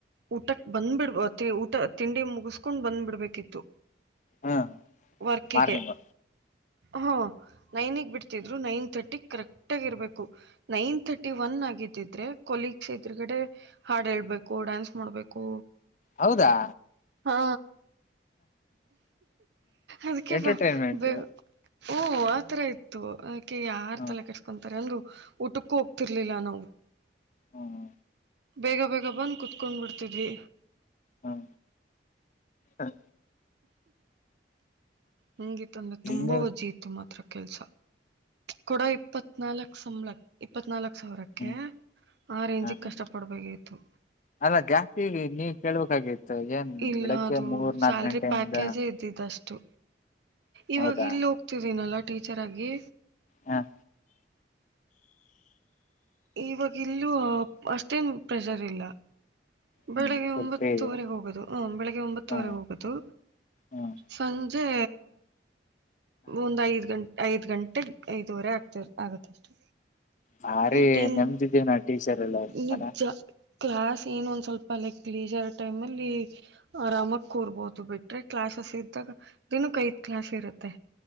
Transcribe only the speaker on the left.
ಹ್ಮ್
ಮಾರ್ನಿಂಗ್
ಹೌದಾ
ಎಂಟರ್ಟೈನ್ಮೆಂಟ್
ಹ್ಮ್
ಹ್ಮ
ಹ್ಮ ಹ
ಹ್ಮ್
ಹ್ಮ್
ಹ್ಮ್
ಅಲ್ಲ ಜಾಸ್ತಿ ಇದವಿ ನೀವ್ ಕೇಳ್ಬೇಕಾಗೇತಿ ಮ ಏನ್
ಬೆಳಗ್ಗೆ
ಮೂರ್ ನಾಕ
ಗಂಟೆಯಿಂದ
ಹೌದಾ
ಹಾಂ
ಹ್ಮ್
ಫುಲ್
ಫ್ರೀ ಇದೆಯಾ
ಹ
ಹ್ಮ್
ಹ ರೀ
ನೆಮ್ದಿದ್ದೀವ್ ನಾ ಟೀಚರ್ ಎಲ್ಲ
ಅಲ